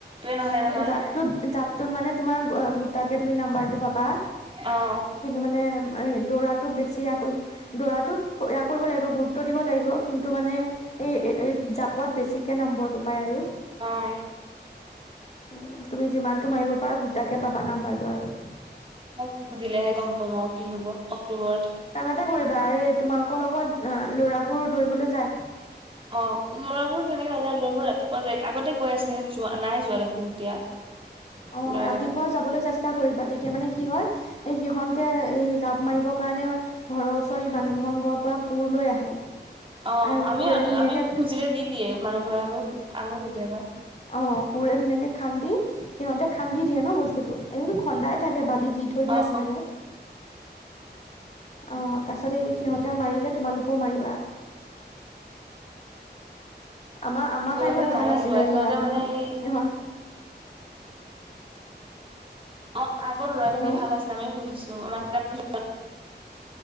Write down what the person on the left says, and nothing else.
জাপটোত জাপটোত মানে তোমাৰ গোটাকে তুমি নাম্বাৰটো পাবা।
কিন্তু মানে এই দৌৰাটোত বেছি আকৌ দৰাটোত এয়া কৰিব লাগিব গুৰুত্ব দিব লাগিব কিন্তু মানে এই জাপত বেছিকে নম্বৰটো পায় আৰু।
উন, তুমি যিমানতটো মাৰিব পাৰা গোটাকে পাবা নাম্বাৰটো আৰু।
কাম এটা কৰিবা এই তোমালোকৰ লগত ল'ৰাবোৰ দৌৰিবলৈ যায়
অঁ,
ৰাতিপুৱা যাবলৈ চেষ্টা কৰিবা তেতিয়া মানে কি হয় এই সিহতে এ, জাপ মাৰিবৰ কাৰণে ঘৰৰ ওচৰৰ মানুহ ঘৰৰ পৰা কোৰ লৈ আহে।
আৰু
কোৰে
ধুনীয়াকে
অঁ, কোৰেৰে ধুনীয়াকে খান্দি সিহঁতে খান্দি দিয়ে ন বস্তুতটো এনেটো খন্দাই থাকে বালি দি থৈ দিয়া
আছে চাগে। অঁ, তাৰ পিছত এই সিহঁতে মাৰিলে তোমালোকেও মাৰিবা। আমাৰ আমাৰ
টাইমত
ভাল আছিলে
ল'ৰা
খিনি
সিহন
হেল্ল'